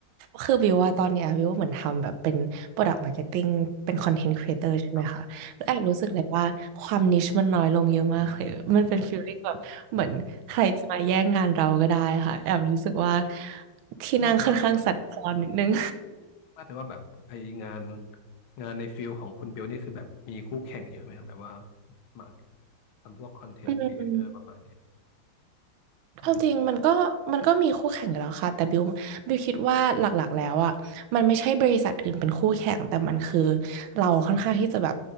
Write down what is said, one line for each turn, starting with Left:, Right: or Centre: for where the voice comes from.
Right: คือวิวว่าตอนเนี้ยวิวเหมือนทำแบบเป็น Product Marketing เป็น Content Creator ใช่ไหมคะแล้วแอบรู้สึกเลยว่าความนิชมันน้อยลงเยอะมากเลยมันเป็นฟีลลิ่งแบบเหมือนใครจะมาแย่งงานเราก็ได้ค่ะแอบรู้สึกว่า
Left: ครับ อืมอืมอืม
Right: ที่นั่งค่อนข้างสั่นคลอนนิดนึง
Left: ไมาแต่ว่าเออไมาแต่ว่าแบบไองานงานในฟิลของคุณเบลนี่คือแบบมีคู่แข่งเยอะไหมครับแบบว่ามาทำพวกคอนเทนต์ครีเอเตอร์ประมาณเนี้ย
Right: <laughs>
Left: อืม
Right: ความจริงมันก็มันก็มีคู่แข่งอยู่แล้วค่ะแต่บิวบิวคิดว่าหลักๆแล้วอ่ะมันไม่ใช่บริษัทอื่นเป็นคู่แข่งแต่มันคือเราค่อนข้างที่จะแบบ